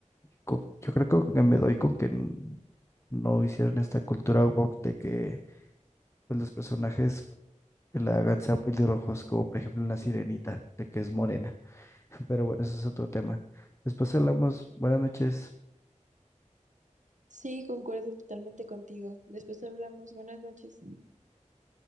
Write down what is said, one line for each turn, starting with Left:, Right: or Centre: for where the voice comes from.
Left: Co- Yo creo que me doy con que n- no hicieron esta cultura woke de que pues los personajes que la hagan sean pelirrojos, como por ejemplo en La Sirenita, de que es morena. <laughs> Pero bueno, eso es otro tema. Después hablamos. Buenas noches.
Right: Sí, concuerdo totalmente contigo. Después hablamos. Buenas noches.